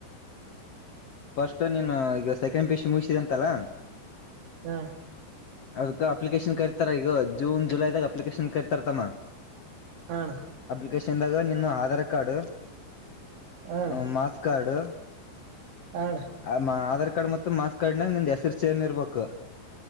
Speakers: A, on the left; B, on the right.
A: ಫಸ್ಟ್ ನೀನು ಈಗ ಸೆಕೆಂಡ್ ಪಿಶ ಮುಗಿಸಿದೆ ಅಂತಲ್ಲಾ.
B: ಹಾ.
A: ಅದಕ್ಕ ಅಪ್ಲಿಕೇಶನ್ ಕರಿತಾರ ಈಗ ಜೂನ್ ಜುಲೈದಾಗ ಅಪ್ಲಿಕೇಶನ್ ಕರಿತಾರತಮ್ಮ.
B: ಅ ಹಣ.
A: ಲಕೇಶನ್ದಾಗ ನಿನ್ನ ಆಧಾರ್ ಕಾರ್ಡ್
B: ಅಣ್ಣ
A: ಹ ಮಾಸ್ ಕಾರ್ಡ್.
B: ಅಣ್ಣ
A: ಆ ಅಮ್ಮ ಆಧಾರ್. ಪಾನ್ ಕಾರ್ಡ್ ಮತ್ತ ಮಾಸ್ ಕಾರ್ಡ್ ನಿನ್ನ ಹೆಸರು ಚೇಂಜ್ ಇರಬೇಕು.